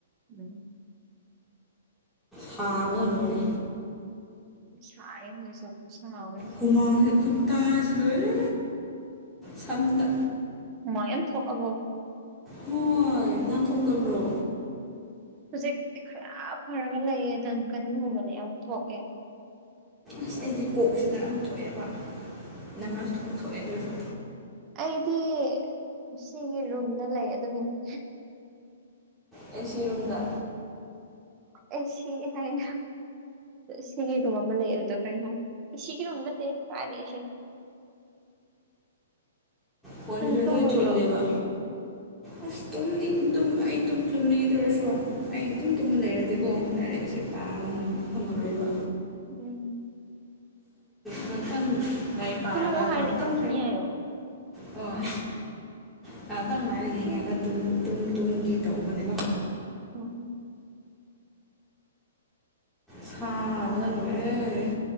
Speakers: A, on the right; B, in the centre.
A: ꯎꯝ
B: ꯊꯥ ꯑꯃꯗ ꯂꯣꯏꯅꯤ
A: ꯁꯥꯏꯌꯦ ꯍꯧꯖꯤꯛꯁꯨ ꯈꯨꯁꯥ ꯑꯃꯅꯦ
B: ꯍꯨꯃꯥꯡꯁꯦ ꯈꯨꯇꯥꯥꯁꯤꯗ ꯂꯣꯏꯔꯦ ꯁꯝꯗ
A: ꯃꯌꯥꯝ ꯊꯣꯛꯑꯕꯣ
B: ꯍꯣꯏ ꯅꯪ ꯊꯣꯛꯇꯕ꯭ꯔꯣ
A: ꯍꯧꯖꯤꯛꯇꯤ ꯈꯔ ꯐꯔꯒ ꯂꯩꯌꯦ ꯅꯪꯒꯟꯒꯨꯝꯕꯗꯤ ꯌꯥꯝ ꯊꯣꯛꯑꯦ
B: ꯑꯁ ꯑꯩꯗꯤ ꯀꯣꯛꯁꯤꯗ ꯌꯥꯝ ꯊꯣꯛꯑꯦꯕ ꯅꯪꯒꯟꯁꯨ
A: ꯎꯝ
B: ꯊꯣꯛꯑꯦ ꯑꯗꯨꯏꯁꯨ
A: ꯑꯩꯗꯤ ꯑꯦꯁꯤꯒꯤ ꯔꯨꯝꯗ ꯂꯩꯌꯦ ꯑꯗꯨꯒꯤꯅꯦ
B: ꯑꯦꯁꯤ ꯔꯨꯝꯗ
A: ꯑꯦ ꯁꯤ ꯍꯥꯏꯒꯦ ꯁꯤꯒꯤ ꯔꯨꯝ ꯑꯃ ꯂꯩ ꯑꯗꯨꯗ ꯀꯔꯤ ꯍꯥꯏ ꯑꯦꯁꯤꯒꯤ ꯔꯨꯝ ꯅꯠꯇꯦ ꯀꯥꯏꯗꯩ ꯑꯦꯁꯤꯅꯣ
B: ꯐꯣꯟꯁꯤꯁꯨ
A: ꯅꯪ ꯇꯨꯝꯃꯣꯏꯗ꯭ꯔꯣ
B: ꯂꯣꯏ ꯆꯣꯠꯂꯦꯕ ꯑꯁ ꯇꯨꯝꯅꯤꯡ ꯇꯨꯝ ꯑꯩ ꯇꯨꯝ ꯇꯨꯝꯅꯤꯡꯗꯔꯁꯨ ꯑꯩ ꯑꯗꯨꯝ ꯇꯨꯝꯃ ꯂꯩꯔꯗꯤꯀꯣ ꯂꯥꯏꯔꯤꯛꯁꯦ ꯄꯥꯕ ꯐꯪꯉꯔꯣꯏꯕ
A: ꯎꯝ
B: ꯉꯥꯛꯇꯡ ꯂꯥꯏꯔꯤꯛ ꯄꯥꯔꯒ
A: ꯇꯨꯝꯃꯣ ꯍꯥꯏꯔꯗꯤ
B: ꯉꯥꯛꯇꯡ
A: ꯇꯨꯝꯈꯤꯅꯤ ꯍꯥꯏꯌꯣ
B: ꯍꯣꯏ ꯉꯍꯥꯛꯇꯪ ꯉꯥꯏꯔ ꯌꯦꯡꯉꯒ
A: ꯎꯝ
B: ꯇꯨꯝ ꯇꯨꯝ ꯇꯨꯝꯒꯦ ꯇꯧꯕꯅꯦꯕ
A: ꯎꯝ ꯎꯝ
B: ꯁꯥꯕꯗ ꯂꯣꯏꯔꯦ꯫